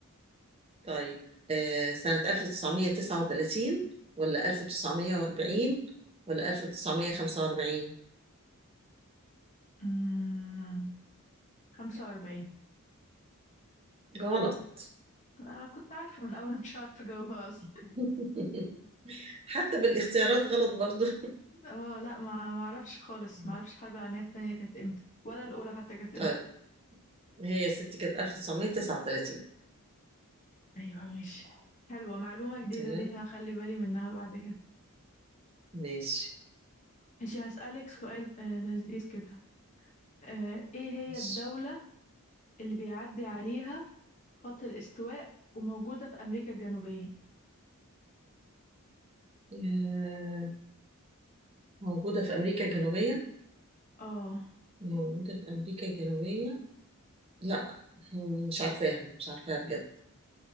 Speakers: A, on the right (about 25°); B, on the left (about 35°).
A: طيب آه، سنة 1939 ولا 1940 ولا 1945
B: أمم، 45
A: غلط
B: آه كنت عارفه من الاول مش عارفه اجاوبها اصلا
A: <laughs> <applause> حتى بالاختيارات غلط برضو
B: <laughs> اه لا ما ما اعرفش خالص
A: <laughs>
B: ما اعرفش الحرب العالميه الثانيه كانت امتى ولا الاولى حتى
A: <applause>
B: كانت
A: طيب هي يا ستي كانت 1939
B: ايوه ماشي حلوة معلومة جديدة
A: تمام
B: دي هخلي بالي منها بعد كده
A: ماشي
B: ماشي هسألك سؤال آه، لذيذ كده آه، ايه هي
A: ماشي
B: الدولة اللي بيعدي عليها خط الاستواء وموجودة في أمريكا الجنوبية
A: آه، موجودة في أمريكا الجنوبية
B: اه
A: موجودة في أمريكا الجنوبية لا م- مش عارفاها مش عارفاها بجد